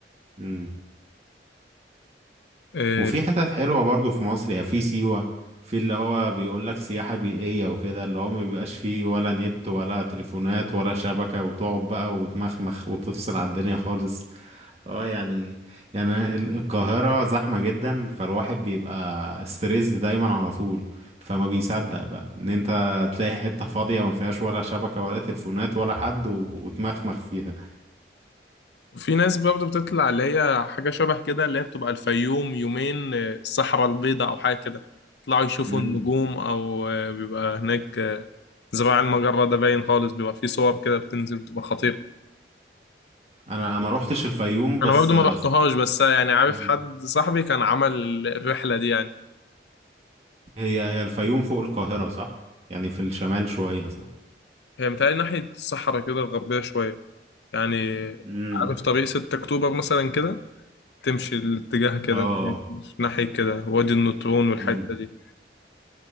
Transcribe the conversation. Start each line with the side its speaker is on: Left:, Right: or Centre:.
Right: امم
Left: آه،
Right: وفي حتت حلوة برضو في مصر يعني في سيوة في اللي هو بيقول لك سياحة بيئية وكده اللي هو ما بيبقاش فيه ولا نت ولا تليفونات ولا شبكة وتقعد بقى وتمخمخ وتفصل عن الدنيا خالص اه يعني يعني ال- القاهرة زحمة جدا فالواحد بيبقى ستريسد دايما على طول فما بيصدق بقى ان انت تلاقي حتة فاضية ما فيهاش ولا شبكة ولا تليفونات ولا حد و- وتمخمخ فيها
Left: في ناس برضه بتطلع اللي هي حاجة شبه كده اللي هي بتبقى الفيوم يومين آه، الصحراء البيضاء أو حاجة كده يطلعوا يشوفوا
Right: مم.
Left: النجوم أو آه، بيبقى هناك آه، زراع المجرة ده باين خالص بيبقى فيه صور كده بتنزل بتبقى خطيرة
Right: انا ما روحتش الفيوم بس
Left: أنا برضه
Right: آه،
Left: ما رحتهاش
Right: ص-
Left: بس يعني عارف
Right: مم.
Left: حد صاحبي كان عمل الرحلة دي يعني
Right: هي هي الفيوم فوق القاهرة صح يعني في الشمال شوية صح
Left: هي متهيألي ناحية الصحراء كده الغربية شوية يعني
Right: امم
Left: عارف طريق 6 أكتوبر مثلا كده تمشي الاتجاه كده
Right: اه اه
Left: ناحية ناحية كده وادي النطرون والحتة
Right: امم
Left: دي